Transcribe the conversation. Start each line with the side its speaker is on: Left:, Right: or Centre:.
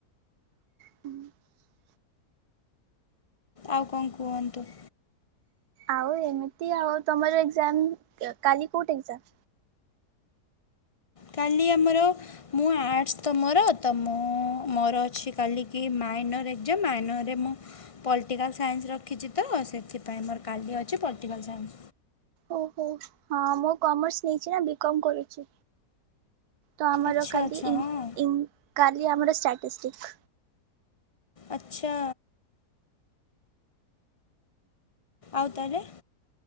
Right: ହୁଁ। <inaudible>
Left: ଆଉ କଣ କୁହନ୍ତୁ।
Right: ଆଉ, ଏମିତି ଆଉ। ତମର ଏଗ୍ଜାମ୍ କ-କାଲି କୋଉଟି ଏଗ୍ଜାମ୍?
Left: କାଲି ଆମର
Right: ହଁ
Left: ଅନର୍ସ ତ ମୋର! ତ ମୁଁ ମୋର ଅଛି, କାଲିକି ମାଇନର୍ ଏକ୍ଜାମ। ମାଇନର୍ ରେ ମୁଁ ପଲିଟିକାଲ୍ ସାଇନ୍ସ୍ ରଖିଛି ତ! ସେଥିପାଇଁ ମୋର କାଲି ଅଛି, ପଲିଟିକାଲ୍ ସାଇନ୍ସ୍।
Right: ଓହୋ! ହଁ, ମୁଁ କମର୍ସ ନେଇଛି ନା ବିକମ୍ କରୁଛି। ତ ଆମର
Left: ଆଚ୍ଛା
Right: କାଲି
Left: ଆଚ୍ଛା
Right: ଇଙ୍ଗ୍
Left: ହଁ
Right: ଇଙ୍ଗ୍ କାଲି ଆମର ଷ୍ଟାଟିସ୍ଟିକ୍।
Left: ଆଚ୍ଛା। ଆଉ ତାହେଲେ